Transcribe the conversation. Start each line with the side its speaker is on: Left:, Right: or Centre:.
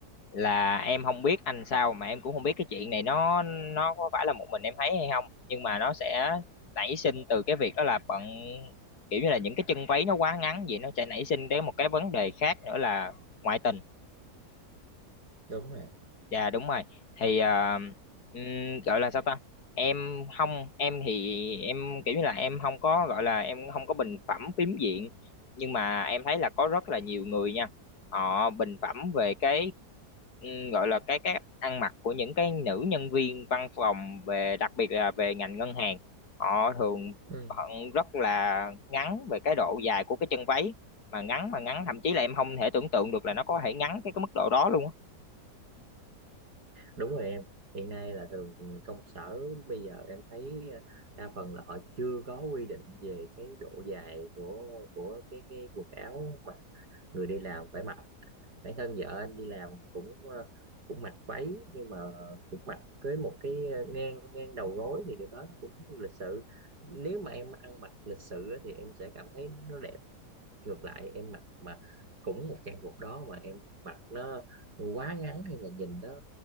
Left: là em không biết anh sao mà em cũng không biết cái chuyện này nó nó có phải là một mình em thấy hay không nhưng mà nó sẽ nảy sinh từ cái việc đó là bận kiểu như là những cái chân váy nó quá ngắn vậy nó sẽ nảy sinh đến một cái vấn đề khác nữa là ngoại tình
Right: đúng rồi
Left: Dạ đúng rồi. Thì ờ, ừm, gọi là sao ta? Em không em thì em kiểu như là em không có gọi là em không có bình phẩm phím diện nhưng mà em thấy là có rất là nhiều người nha. Họ bình phẩm về cái ừm, gọi là cái cái ăn mặc của những cái nữ nhân viên văn phòng về đặc biệt là về ngành ngân hàng. Họ thường
Right: Ừ.
Left: bận rất là ngắn về cái độ dài của cái chân váy mà ngắn mà ngắn thậm chí là em không thể tưởng tượng được là nó có thể ngắn cái cái mức độ đó luôn á.
Right: đúng rồi em hiện nay là thường công sở bây giờ em thấy ờ, đa phần là họ chưa có quy định về cái độ dài của của cái cái quần áo mà người đi làm phải mặc bản thân vợ anh đi làm cũng ờ, cũng mặc váy nhưng mà cũng mặc cưới một cái ờ, ngang ngang đầu gối thì điều đó nó cũng lịch sự nếu mà em ăn mặc lịch sự á, thì em sẽ cảm thấy nó, nó đẹp ngược lại em mặc mà cũng một trang phục đó mà em mặc nó quá ngắn hay là nhìn đó